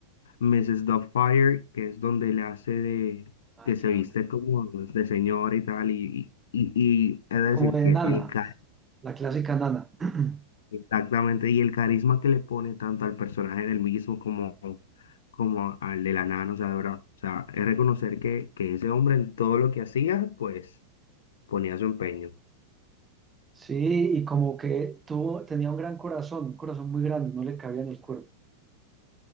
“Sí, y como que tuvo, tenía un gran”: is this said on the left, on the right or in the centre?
Right